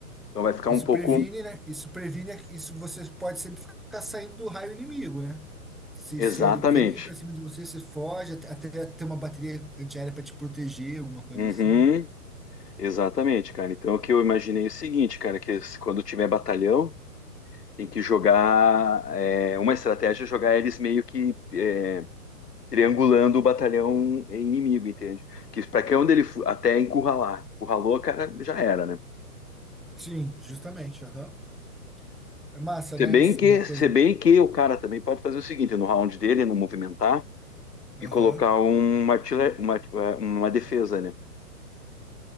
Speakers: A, on the left (about 80°); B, in the centre.
A: Então vai ficar
B: Isso
A: um pouco.
B: previne, né? Isso previne, isso você pode sempre ficar saindo do raio inimigo, né? Se,
A: Exatamente.
B: se ele vem pra cima de você, você foge, até, até ter uma bateria antiaérea pra te proteger, alguma coisa
A: Uhum.
B: assim. né?
A: Exatamente, cara. Então, o que eu imaginei é o seguinte, cara, que s- quando tiver batalhão, tem que jogar. é, uma estratégia é jogar eles meio que é, triangulando o batalhão inimigo, entende? Que para que onde ele fu- até encurralar. Encurralou, cara, já era, né?
B: Sim, justamente, aham. É massa,
A: Se
B: né?
A: bem que,
B: Uma coisa.
A: se bem que o cara também pode fazer o seguinte, no round dele, no movimentar,
B: Aham.
A: e colocar um artilha- uma, uma defesa, né?